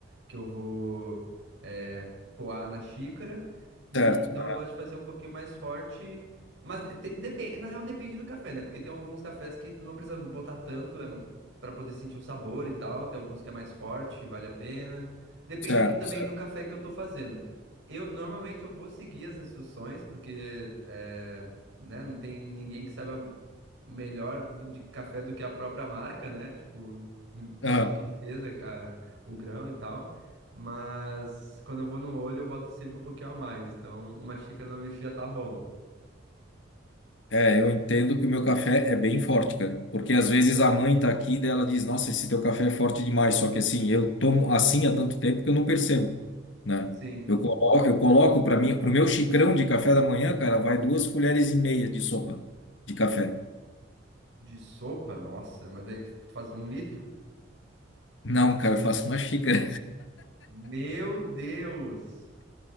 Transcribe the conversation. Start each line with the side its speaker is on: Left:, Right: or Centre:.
Right: que eu vou, é, coar na xícara. E
Left: Certo,
Right: então eu gosto de fazer um pouquinho mais forte. Mas depende, na real depende do café, né? Porque tem alguns cafés que tu não precisa botar tanto é, para poder sentir o sabor e tal. Tem alguns que é mais forte, vale a pena. Depende
Left: certo,
Right: também
Left: certo.
Right: do café que eu tô fazendo. Eu normalmente eu vou seguir as instruções, porque é, né, não tem ninguém que saiba melhor do- de café do que a própria marca, né? Tipo, <laughs> o pessoal
Left: Aham.
Right: que pesa a- o grão e tal. Mas quando eu vou no olho, eu boto sempre um pouquinho a mais. Então, uma xícara normalmente já tá bom.
Left: É, eu entendo que o meu café é bem forte, cara. Porque às vezes a mãe tá aqui e daí ela diz, nossa, esse teu café é forte demais. Só que assim, eu tomo assim há tanto tempo que eu não percebo, né?
Right: Sim.
Left: Eu coloco, eu coloco para mim, pro meu xicrão de café da manhã, cara, vai duas colheres e meia de sopa de café.
Right: De sopa? Nossa, mas daí tu, tu faz um litro?
Left: Não, cara, eu faço uma xícara.
Right: Meu Deus!